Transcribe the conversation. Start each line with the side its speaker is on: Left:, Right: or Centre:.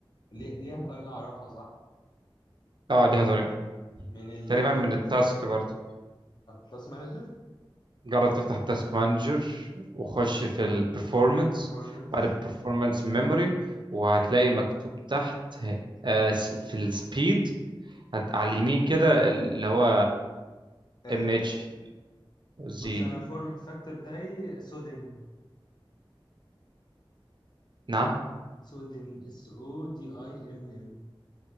Left: ليه- ليها طريقة اعرفها صح
Right: اه ليها طريقه
Left: من البروبرتيز
Right: تقريبا من التاسك برضه
Left: تاسك مانجر
Right: جرب تفتح التاسك مانجر وخش
Left: حلو
Right: في البرفورمانس
Left: performance
Right: بعد البرفورمانس ميموري وهتلاقي مكتوب تحت آه، في السبيد هت- على اليمين كده اللي هو
Left: آه،
Right: ام اتش
Left: بص
Right: زي
Left: انا
Right: دي
Left: فورم فاكتور بتاعي صوديوم
Right: نعم
Left: صوديوم اس او دي اي ام ام